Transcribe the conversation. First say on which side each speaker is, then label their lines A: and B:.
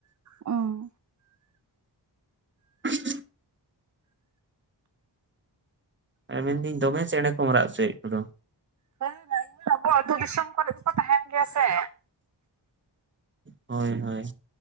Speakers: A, on the right (about 40°); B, on the right (about 25°).
A: ᱚ
B: <inaudible> ᱮ ᱢᱮᱱᱫᱤᱧ ᱫᱚᱢᱮ ᱪᱮᱬᱮ ᱠᱚᱢ ᱨᱟᱜ ᱦᱚᱪᱚᱭᱮᱫ ᱠᱚ ᱫᱚ᱾
A: ᱦᱮᱸ <unintelligible> ᱟᱵᱚ ᱟᱛᱩ ᱫᱤᱥᱚᱢ ᱠᱚᱨᱮᱜ ᱫᱚᱠᱚ ᱛᱟᱦᱮᱱ ᱜᱮᱭᱟ ᱥᱮ
B: ᱦᱳᱭ-ᱦᱳᱭ